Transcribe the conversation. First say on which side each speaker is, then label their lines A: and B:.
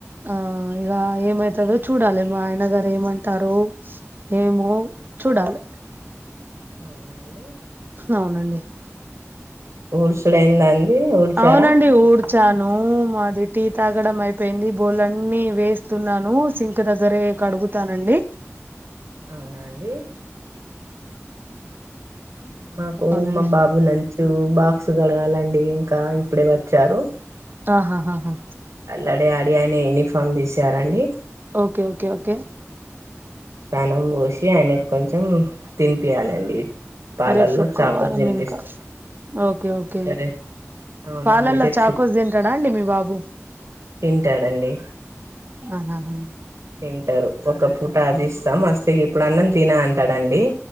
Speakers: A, on the right; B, on the right.
A: ఆ ఇగ ఏమైతుందో చూడాలి మా ఆయన గారు ఏమంటారో ఏమో చూడాలి
B: అవునా అండి
A: అవునండి
B: ఊడ్సుడు అయిందా అండి ఊడ్చారా
A: అవునండి ఊడ్ చ్చాను మళ్లీ టీ తాగడం అయిపోయింది బోర్లన్నీ అన్ని వేస్తున్నాను సింక్ దగ్గరే కడుగుతు త రండి
B: అవునా అండి మాకు
A: అవునండి
B: మా బాబు లంచు బాక్స్ కడగాలండి ఇంకా ఇప్పుడే వచ్చారు
A: ఆహాహాహా
B: అల్లడే ఆడి ఆయన యూనిఫామ్ తీసారండి
A: ఓకే ఓకే ఓకే
B: తానం పోసి ఆయన కొంచెం తినిపియాలండి పాలల్లో
A: రేపు శుక్రవారం
B: చాకోస్ తినిపిస్తా
A: ఇంకా ఓకే ఓకే
B: ఇంకారే అవునండి
A: పాలల్లో
B: రేపు
A: చాకోస్
B: శు
A: తింటాడా అండి మీ బాబు
B: తింటాడండి
A: ఆహాహా
B: తింటారు ఒక పూట అది ఇస్తాం మస్తీకి ఇప్పుడు అన్నం తిన అంటాడుండి